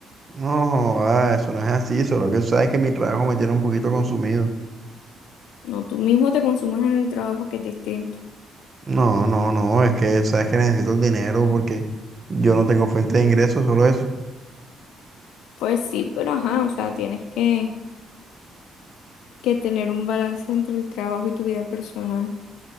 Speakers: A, on the right; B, on the left.
A: No, joda, eso no es así, solo que tú sabes que mi trabajo me tiene un poquito consumido.
B: No, tú mismo te consumes en el trabajo, que es distinto.
A: No, no, no, es que sabes que necesito el dinero porque yo no tengo fuente de ingresos, solo eso.
B: Pues sí, pero ajá, o sea, tienes que, que tener un balance entre el trabajo y tu vida personal.